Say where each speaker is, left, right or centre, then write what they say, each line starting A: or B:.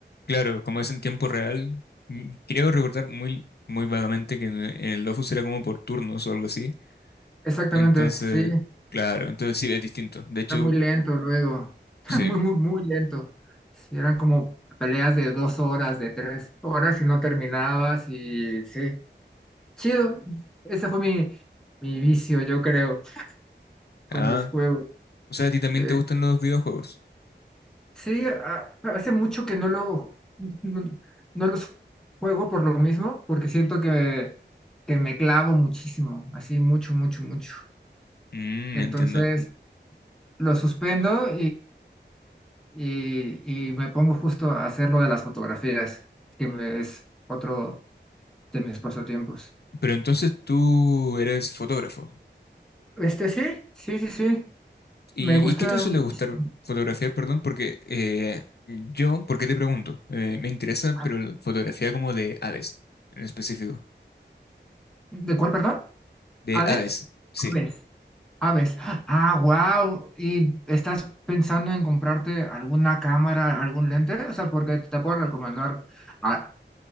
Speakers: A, on the left; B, in the centre.
A: Claro, como es en tiempo real, mm, creo recordar muy, muy vagamente que en, el en el Dofus era como por turnos o algo así.
B: Exactamente,
A: Entonces,
B: sí.
A: claro, entonces sí, es distinto. De hecho,
B: Era muy lento luego, <laughs>
A: sí.
B: muy, muy, muy lento. Sí, eran como peleas de dos horas, de tres horas y no terminabas y sí, chido. Ese fue mi, mi vicio, yo creo, con
A: Ah,
B: los juegos.
A: o sea, a ti también
B: Sí,
A: te gustan los videojuegos.
B: Sí, a- hace mucho que no lo, no, no los juego por lo mismo, porque siento que, que me clavo muchísimo, así mucho, mucho, mucho.
A: Mm,
B: Entonces,
A: entiendo.
B: lo suspendo y, y me pongo justo a hacer lo de las fotografías, que me- es otro de mis pasatiempos.
A: Pero entonces tú eres fotógrafo.
B: Este sí, sí, sí, sí.
A: ¿Y,
B: Me gusta.
A: y qué te suele
B: muchísimo.
A: gustar fotografiar, perdón? Porque eh, yo, ¿por qué te pregunto? Eh, me interesa,
B: Ah,
A: pero la fotografía como de aves, en específico.
B: ¿De cuál, perdón?
A: De
B: ¿Aves?
A: aves, sí.
B: Aves. Aves. Ah, wow. ¿Y estás pensando en comprarte alguna cámara, algún lente? O sea, porque te puedo recomendar a-